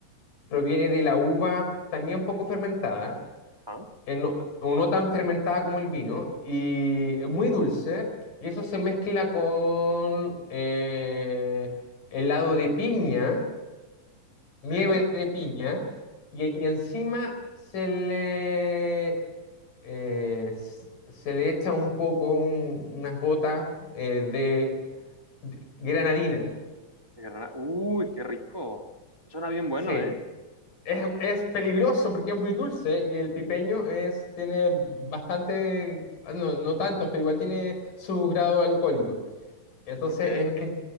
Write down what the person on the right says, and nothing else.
ah,
ok,
De granada. Uy, qué rico. Suena bien bueno,
¿eh?
Ok,